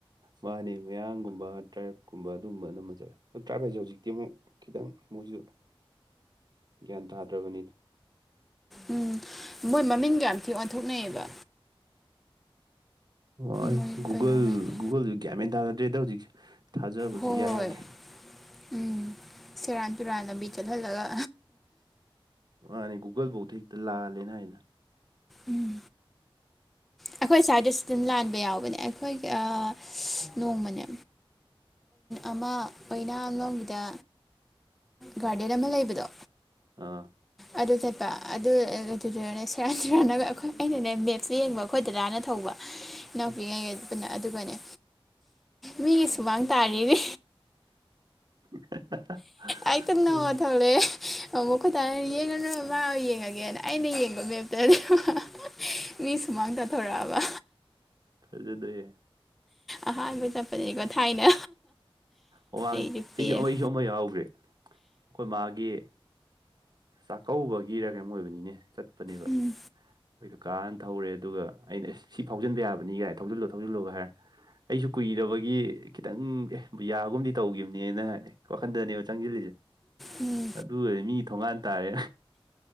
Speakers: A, on the right; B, in the centre.
A: ꯃꯥꯅꯦ ꯃꯌꯥꯡꯒꯨꯝꯕ ꯇ꯭ꯔꯥꯏꯞꯀꯨꯝꯕ ꯑꯗꯨꯒꯨꯝꯕ ꯑꯅꯝꯕ ꯆꯠꯂꯦ ꯇ꯭ꯔꯥꯏꯕ ꯍꯥꯏꯁꯦ ꯍꯧꯖꯤꯛꯇꯤ ꯑꯃꯨꯛ ꯈꯤꯇꯪ ꯃꯣꯏꯁꯨ ꯒ꯭ꯌꯥꯟ ꯇꯥꯗ꯭ꯔꯕꯅꯤꯅ
B: ꯎꯝ ꯃꯣꯏ ꯃꯃꯤꯡꯒ ꯌꯥꯝ ꯊꯤ ꯑꯣꯟꯊꯣꯛꯅꯩꯑꯌꯦꯕ
A: ꯑꯣ
B: ꯃꯣꯏ
A: ꯒꯨꯒꯜ
B: ꯀꯩꯅꯣꯉꯩꯗꯤ
A: ꯒꯨꯒꯜ ꯀꯌꯥꯃꯦꯟ ꯊꯥꯖꯗ꯭ꯔꯦꯗ ꯍꯧꯖꯤꯛꯁꯦ ꯊꯥꯖꯕꯁ
B: ꯍꯣꯏ
A: ꯌꯥ
B: ꯍꯣꯏ
A: ꯌꯥꯗ꯭ꯔꯦ
B: ꯎꯝ ꯁꯦꯔꯥꯟ ꯇꯨꯔꯥꯟ ꯂꯝꯕꯤ ꯆꯠꯍꯜꯂꯒ
A: ꯑꯅꯦ ꯒꯨꯒꯜ ꯐꯥꯎ ꯍꯦꯛꯇ ꯂꯥꯜꯂꯦ ꯍꯥꯏꯗꯅ
B: ꯎꯝ ꯑꯩꯈꯣꯏ ꯁ꯭ꯋꯥꯏꯗꯁꯨ ꯑꯗꯨꯝ ꯂꯥꯟꯕ ꯌꯥꯎꯕꯅꯦ ꯑꯩꯈꯣꯏꯒꯤ ꯑꯥ ꯅꯣꯡꯃꯅꯦ ꯑꯃ ꯑꯣꯏꯅꯥ ꯑꯂꯣꯝꯒꯤꯗ ꯒꯥꯔꯗꯦꯟ ꯑꯃ ꯂꯩꯕꯗꯣ
A: ꯑꯥ
B: ꯑꯗꯨ ꯆꯠꯄ ꯑꯗꯨ ꯑꯗꯨꯗꯨꯅꯅꯦ ꯁꯔꯥꯟ ꯇꯨꯔꯟꯅꯕ ꯩ ꯑꯩꯈꯣꯏ ꯑꯩꯅꯅꯦ ꯃꯦꯞꯁꯦ ꯌꯦꯡꯕ ꯑꯩꯈꯣꯏ ꯗꯥꯗꯥꯅ ꯊꯧꯕ
A: <unintelligible>
B: ꯏꯅꯥꯎꯄꯤꯉꯩꯒ ꯄꯨꯅ ꯑꯗꯨꯒꯅꯦ ꯃꯤꯒꯤ ꯁꯨꯃꯥꯡ ꯇꯥꯔꯤꯅꯦ
A: <inaudible>
B: ꯑꯥꯏ ꯇ ꯅꯗꯧꯦ
A: ꯎꯝ
B: <inaudible> ꯑꯃꯨꯛ ꯑꯩꯈꯣꯏ ꯗꯥꯅ ꯌꯦꯡꯉꯅꯣꯏ ꯃꯥꯑꯣꯢꯅ ꯌꯦꯡꯉꯒꯦꯅ ꯑꯩꯅ ꯌꯦꯡꯕ ꯃꯦꯞꯇꯅꯦꯕ ꯃꯤ ꯁꯨꯃꯥꯡ ꯇꯥꯊꯣꯔꯛꯑꯕ
A: ꯐꯖꯗꯦꯍꯦ
B: ꯑꯍꯥꯟꯕꯩ ꯆꯠꯄꯗꯅꯤꯀꯣ ꯊꯥꯏꯅ
A: ꯑꯋꯥꯡ
B: ꯑꯩꯗꯤ ꯄꯦꯜꯂꯦ
A: ꯑꯩꯁꯨ ꯑꯃ ꯑꯩꯁꯨ ꯑꯃ ꯌꯥꯎꯒꯦ ꯑꯩꯈꯣꯏ ꯃꯥꯒꯤ ꯆꯥꯛꯀꯧꯕꯒꯤꯔ ꯀꯩꯅꯝ ꯑꯣꯏꯕꯅꯤꯅꯦ ꯆꯠꯄꯅꯦꯕ
B: ꯎꯝ
A: ꯑꯩꯣꯏꯗꯣ ꯀꯥꯅ ꯊꯧꯔꯦ ꯑꯗꯨꯒ ꯑꯩꯅ ꯑꯦꯁ ꯁꯤ ꯐꯥꯎꯖꯤꯟꯕ ꯌꯥꯕꯅꯤꯒꯥꯏ ꯊꯧꯖꯤꯜꯂꯣ ꯊꯧꯖꯤꯜꯂꯣꯒ ꯍꯥꯏꯔꯦ ꯑꯩꯁꯨ ꯀꯨꯏꯔꯕꯒꯤ ꯈꯤꯇꯪ ꯑꯦ ꯕꯨ ꯌꯥꯒꯨꯝꯗꯤ ꯇꯧꯒꯤꯈꯤꯕꯅꯦꯅ ꯍꯥꯏ ꯋꯥꯈꯟꯗꯅꯦꯕ ꯆꯪꯁꯤꯜꯂꯤꯁꯦ
B: ꯎꯝ
A: ꯑꯗꯨꯒꯗꯤ ꯃꯤ ꯊꯣꯡꯒꯥꯟ ꯇꯥꯔꯦ